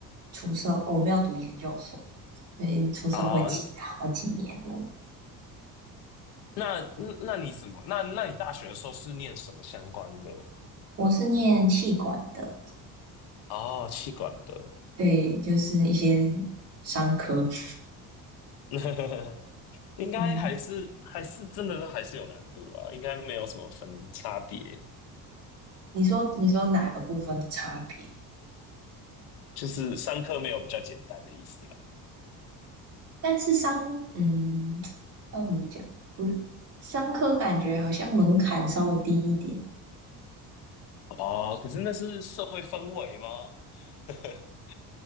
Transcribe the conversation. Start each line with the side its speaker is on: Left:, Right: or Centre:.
Right: 出社，我没有读研究所，所以出社会几好几年了。
Left: 啊，那那那你怎么？那那你大学的时候是念什么相关的？
Right: 我是念气管的，
Left: 哦，气管的，
Right: 对，就是一些商科。<laughs>
Left: <laughs> 应该还是还是真的还是有难度啦，
Right: 嗯，
Left: 应该没有什么分差别，
Right: 你说你说哪个部分的差别？
Left: 就是上课没有比较简单的意思啦。
Right: 但是商，嗯，要怎么讲？我觉得商科感觉好像门槛稍微低一点，
Left: 哦，可是那是社会氛围吗？<laughs>